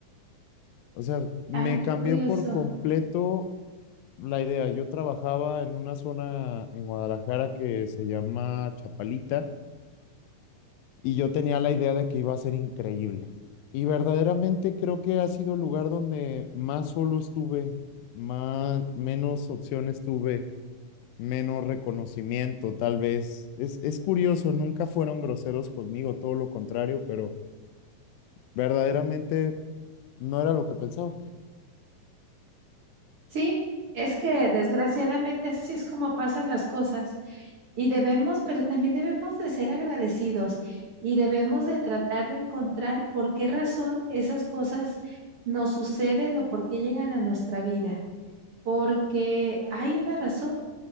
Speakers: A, on the left; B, on the right.
A: O sea, me
B: Ah, qué
A: cambió
B: curioso.
A: por completo la idea. Yo trabajaba en una zona en Guadalajara que se llama Chapalita y yo tenía la idea de que iba a ser increíble. Y verdaderamente creo que ha sido el lugar donde más solo estuve, más, menos opciones tuve, menos reconocimiento, tal vez. Es, es curioso, nunca fueron groseros conmigo, todo lo contrario, pero verdaderamente no era lo que pensaba.
B: Sí, es que desgraciadamente así es como pasan las cosas y debemos, pero también debemos de ser agradecidos y debemos de tratar de encontrar por qué razón esas cosas nos suceden o por qué llegan a nuestra vida, porque hay una razón.